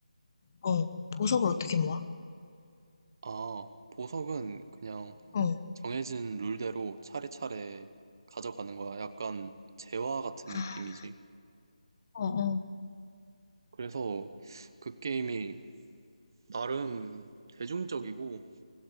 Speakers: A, on the left; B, on the right.
A: 어. 보석을 어떻게 모아?
B: 아, 보석은 그냥
A: 어.
B: 정해진 룰대로 차례차례 가져가는 거야. 약간 재화 같은
A: 아.
B: 느낌이지.
A: 어어.
B: 그래서 그 게임이 나름 대중적이고